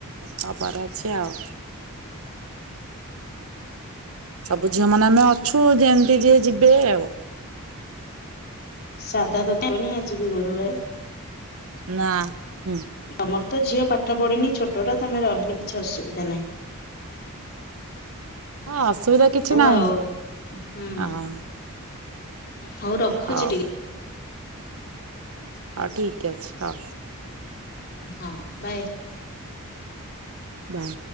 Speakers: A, on the right; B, on the left.
A: ହବାର ଅଛି ଆଉ। ସବୁ ଝିଅ ମାନେ ଆମେ ଅଛୁ ଯେମିତି ଯିଏ ଯିବେ ଆଉ।
B: ସାଧା ତଟଣି ଆଜି ବି ଗୁରୁବାରେ।
A: ନା ହୁଁ।
B: ତମର ତ ଝିଅ ପାଠ ପଢିନି ଛୋଟ ଟା ତମେ ରହିଲେ କିଛି ଅସୁବିଧା ନାହିଁ।
A: ହଁ ଅସୁବିଧା କିଛି
B: ହଉ
A: ନାହିଁ,
B: ଆଉ ହୁଁ
A: ହଁ।
B: ହଉ ରଖୁଛି
A: ହଉ
B: ଟିକେ।
A: ହ ଠିକ୍ ଅଛି ହ।
B: ହଁ ବାଏ।
A: ବାଏ।